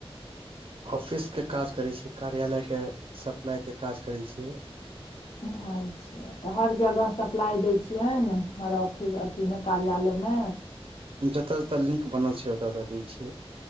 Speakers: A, on the right; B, on the left.
A: ऑफिसके काज करै छियै कार्यालयके सप्लाइके काज करै छि
B: अच्छा तऽ हर जगहस लाइ दै छियनि हर ऑफिस अथीमे कार्यालयम
A: जतय जतय लिंक बनल छै ओत अत दै छियै